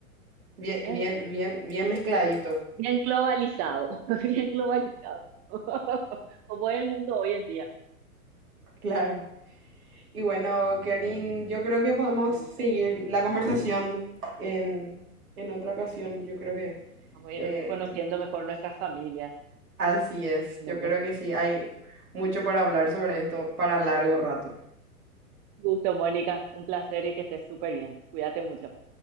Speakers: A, on the right; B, on the right.
A: bien,
B: bien,
A: bien, bien, bien mezcladito,
B: bien globalizado, <laughs> bien globalizado, <laughs> como es el mundo hoy en día.
A: claro. Y bueno, Karin,
B: Bueno,
A: yo creo que podemos
B: un gusto.
A: seguir la conversación en, en otra ocasión. Yo creo que
B: Vamos a ir
A: eh,
B: conociendo mejor nuestras familias
A: así es,
B: en
A: yo
B: otro.
A: creo que sí, hay mucho por hablar sobre esto para largo rato,
B: Un gusto, Mónica, un placer y que estés súper bien. Cuídate mucho.